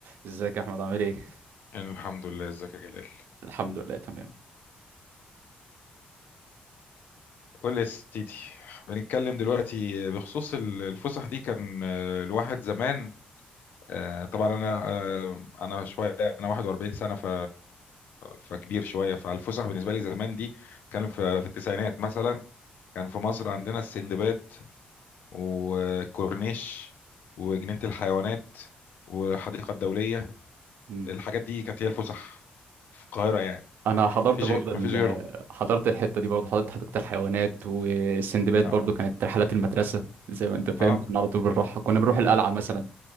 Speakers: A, on the right (about 80°); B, on the left (about 65°).
A: ازيك يا احمد عامل ايه
B: أنا الحمد لله ازيك يا جلال
A: الحمد لله تمام
B: قول لي يا سيدي بنتكلم دلوقتي بخصوص ال- الفسح دي كان آه، الواحد زمان آه، طبعا انا آه، انا شويه انا 41 سنه ف فكبير شويه فالفسح بالنسبه لي زمان دي كان في في التسعينات مثلا كان في مصر عندنا السندباد وكورنيش وجنينه الحيوانات والحديقه الدوليه
A: مم.
B: الحاجات دي كانت هي الفسح في القاهره يعني
A: انا حضرت
B: مفيش
A: برضه
B: مفيش
A: ال...
B: غيرهم
A: حضرت الحته دي برضه حضرت حديقه الحيوانات والسندباد
B: اه
A: برضه كانت رحلات المدرسه زي ما انت فاهم
B: آه،
A: كنا على طول بنروحها كنا بنروح القلعه مثلا